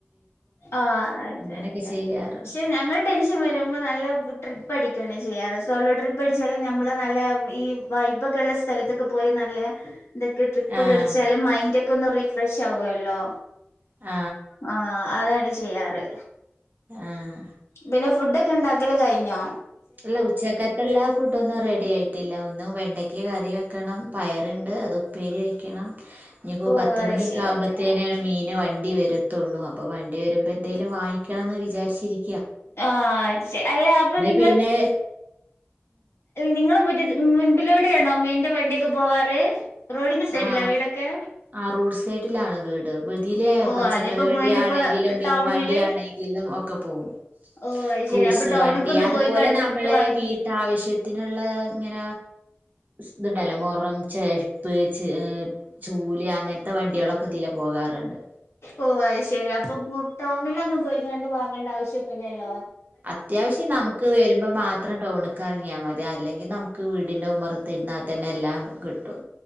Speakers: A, on the left; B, on the right.
A: ആ അതെ
B: അങ്ങനെയൊക്കെ
A: അതെ
B: ചെയ്യാറ്
A: ക്ഷെ ഞങ്ങള് ടെൻഷൻ വരുമ്പോ നല്ല ട്രിപ്പടി കാണ് ചെയ്യാറ് സോളോ ട്രിപ്പടിച്ചാല് ഞമ്മള നല്ല ഈ വൈബൊക്കെള്ള സ്ഥൽത്തൊക്കെ പോയി നല്ല എന്തൊക്കെ ട്രിപ്പക്കടിച്ചാലും
B: ആഹ്
A: മൈൻഡൊക്കൊന്ന് റിഫ്രഷാവോല്ലോ.
B: ആ
A: ആ അതാണ് ചെയ്യാറ്
B: ആഹ്
A: പിന്നെ ഫുഡൊക്കെണ്ടാക്കല് കയിഞ്ഞോ?
B: ഇല്ല ഉച്ചക്കക്കിള്ള ഫുഡൊന്നും റെഡിയായിട്ടില്ല. ഇന്നു വെണ്ടയ്ക്ക കറി വെക്കണം പയറിണ്ട് അത് ഉപ്പേരി വെയ്ക്കണം. ഞ്ഞ്പ്പൊ
A: ഓ
B: പത്ത്മണിക്കാമ്പോത്തേനാണ്
A: അത് ശരി അത് ശരി
B: മീന് വ ണ്ടി വരത്തൊള്ളൂ. അപ്പോ വണ്ടി വരുമ്പെന്തേലും വാങ്ങിക്കണന്ന് വിചാരിച്ചിരി
A: ആ അത് ശെ അല്ല അപ്പൊ നി
B: പിന്നേ
A: നിങ്ങള് മുറ്റ മുൻപിലൂടേണോ മീന്റെ വണ്ട്യൊക്കെ പോവാറ്? ടിൻ്റെ സൈഡിലാ
B: ആ
A: വീടൊക്കെ?
B: ആ റോഡ് സൈഡിലാണ് വീട്. ഇതിലെ
A: ഓ
B: പച്ചക്കറി
A: അതിപ്പോ
B: വണ്ടി
A: മെയിനിപ്പ
B: ആണെങ്കിലും മീൻ
A: ടൗണില്
B: വണ്ടി ആണെങ്കിലും ഒ ക്കപ്പോകും.
A: ഓ അത്
B: ഫ്രൂട്ട്സ്
A: ശെരി അപ്പൊ ടൗണൊക്കെ
B: വണ്ടി
A: ഒന്ന്
B: അതുപോലെ
A: പോയിക്കാണ്ട്
B: നമ്മളെ
A: ഫുഡ് വാങ്ങ
B: വീട്ടാവശ്യത്തിനിള്ള ഇങ്ങന ഇതിണ്ടല്ലോ മൊറം ചേര്പ്പ് ച് ചൂല് അങ്ങൻത്തെ വണ്ട്യാളൊക്കെ ഇതിലെ പോകാറിണ്ട്.
A: ഓ അത് ശെരി അപ്പൊ ടൗണിലൊന്നും പോയികാണ്ട് വാങ്ങണ്ട ആവശ്യന്നുല്ലല്ലോ?
B: അത്യാവശ്യം നമുക്ക് വരുമ്പോ മാത്രം ടൗണ്ക്കറങ്ങിയാ മതി അല്ലെങ്കി നമുക്ക് വീടിന്റെ ഉമറത്ത് ഇരുന്ന തന്നെ എല്ലാം കിട്ടും